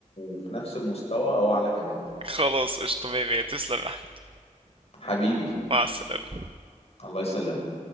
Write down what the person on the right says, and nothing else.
خلاص قشطة مية مية تسلم يا احمد
مع السلامة